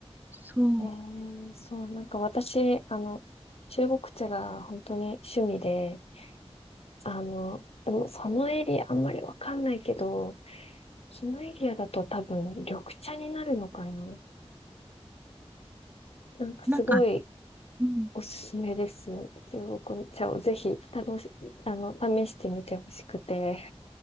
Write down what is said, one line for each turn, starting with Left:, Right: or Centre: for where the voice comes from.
Right: そう、
Left: えー、そう、なんか私、あの、中国茶が本当に趣味で、あの、でもそのエリアあんまりわかんないけど、そのエリアだと多分緑茶になるのかな。なんかすごい、
Right: なんか、うん、
Left: おすすめです。中国茶をぜひ楽し、あの、試してみてほしくて。